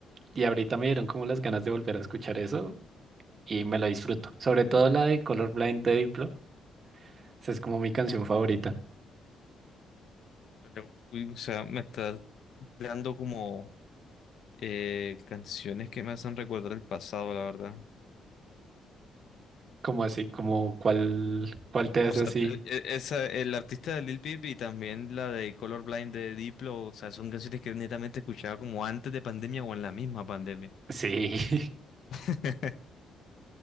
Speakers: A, on the right; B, on the left.
A: Y ahorita me dieron como las ganas de volver a escuchar eso y me lo disfruto. Sobre todo la de Colorblind de Diplo. Esa es como mi canción favorita.
B: Lo- uy, O sea, me está dando como eh, canciones que me hacen recordar el pasado, la verdad.
A: Como así, como cuál, cuál te hace
B: O sea,
A: así.
B: te- e- e, esa, el artista de Lil Peep y también la de Colorblind de Diplo, o sea, son canciones que netamente escuchaba como antes de pandemia o en la misma pandemia.
A: Sí. <laughs>
B: <laughs>